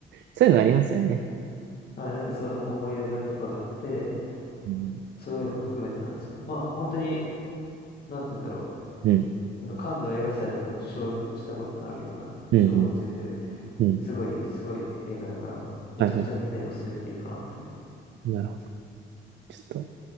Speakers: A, on the right; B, on the left.
A: そういうのありますよね。
B: <laughs> はい、なんかそういうの思い入れがとかがあって、
A: うん。
B: そういうのも含めてなんですけど、まあ本当に、なんて言うんだろ
A: うん。
B: う、このカンヌ映画祭でも受賞したことのあるような賞をついてる、
A: うん。うん。うん
B: すごい、すごい映画だから、めちゃくちゃみんなにお勧めできるかなという。
A: はいはいはい。なるほど。ちょっと、